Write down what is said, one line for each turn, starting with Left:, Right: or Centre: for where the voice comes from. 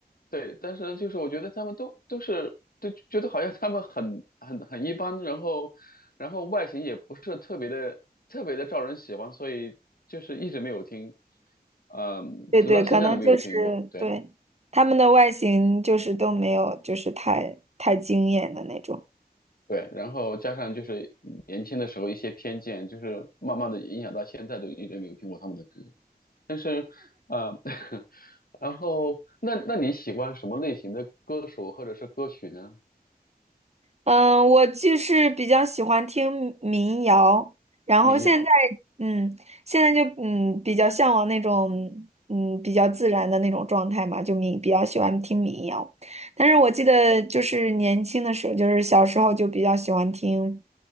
Left: 对，但是就是我觉得他们都都是都觉得好像他们很很很一般，然后然后外形也不是特别的特别的招人喜欢，所以就是一直没有听，嗯，
Right: 对对，
Left: 直到现在都没有听过。
Right: 可能就是
Left: 对
Right: 对，他们的外形就是都没有，就是太太惊艳的那种。
Left: 对，然后加上就是年轻的时候一些偏见，就是慢慢的影响到现在都一直没有听过他们的歌。但是，呃，<laughs> 然后那那你喜欢什么类型的歌手或者是歌曲呢？
Right: 嗯，我就是比较喜欢听民谣，然后现在嗯，
Left: 民谣。
Right: 现在就嗯比较向往那种嗯比较自然的那种状态嘛，就民比较喜欢听民谣。但是我记得就是年轻的时候，就是小时候就比较喜欢听，